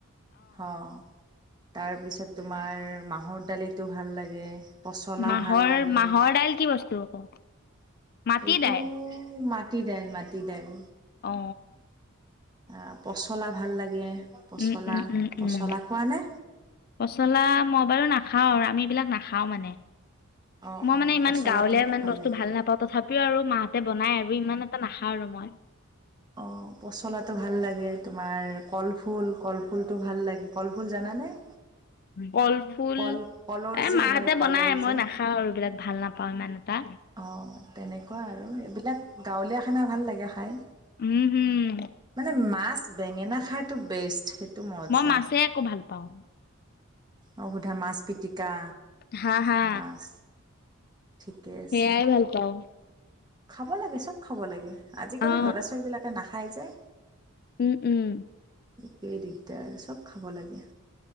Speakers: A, on the right; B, on the left.
A: অ। তাৰপিছত তোমাৰ মাহৰ দালিতটো ভাল লাগে। পচলা
B: মাহৰ
A: ভাল লাগে
B: মাহৰ দাইল কি বস্তু আকৌ মাটি
A: এইটো
B: দাইল
A: ম মাটি দাইল মাটি দাল।
B: অঁ।
A: অ পচলা ভাল লাগে। পচলা
B: উম উম উম
A: পচলা
B: উম
A: খোৱানে
B: পচলা মই বাৰু নাখাও আমি এইবিলাক নাখাওঁ মানে।
A: অ
B: মই
A: অ
B: মানে ইমান
A: পচলাটো
B: গাঁওলিয়া ইমান বস্তু
A: লাগে
B: ভাল নাপাওঁ তথাপিও আৰু মাহঁতে বনাই আৰু ইমান এটা নাখা আৰু মই।
A: অ পচলাটো ভাল লাগে তোমাৰ কলফুল কলফুলটো ভাল লাগে। ফলফুল জানানে?
B: কলফুল
A: কল কলৰ
B: এ
A: যে
B: মাহঁতে
A: হয় কলৰ
B: বনাই মই
A: যে
B: নাখাওঁ আৰু এইবিলাক ভাল নাপাওঁ ইমান এটা।
A: অঁ তেনেকুৱা আৰু এইবিলাক গাঁৱলীয়া খানা ভাল লাগে খাই।
B: উম হম
A: মানে মাছ বেঙেনা খাৰটো বেষ্ট সেইটো মজা
B: মই মাছে আকৌ ভাল পাওঁ।
A: অ সোধা মাছ পিটিকা।
B: হা হা।
A: মাছ ঠিকে আছে
B: সেয়াই ভাল পাওঁ।
A: খাব লাগে চব খাব লাগে আজিকালি
B: অ
A: ল'ৰা ছোৱালীবিলাকে নাখাই যে।
B: উম উম।
A: এইটোৱে দিগদাৰ আৰু চব খাব লাগে।